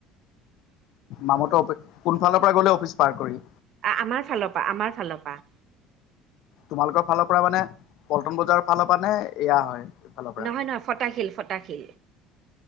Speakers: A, on the left; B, on the right.
A: মামুহতৰ অফিচ কোনফালৰ পৰা গ'লে অফিচ পাৰ কৰি।
B: আমাৰ ফালৰ পৰা, আমাৰ ফালৰ পৰা।
A: তোমালোকৰ ফালৰ পৰা মানে পল্টন বজাৰৰ ফালৰ পৰা নে এয়া হয়। এইফালৰ পৰা
B: নহয় নহয় ফটাশীল ফটাশীল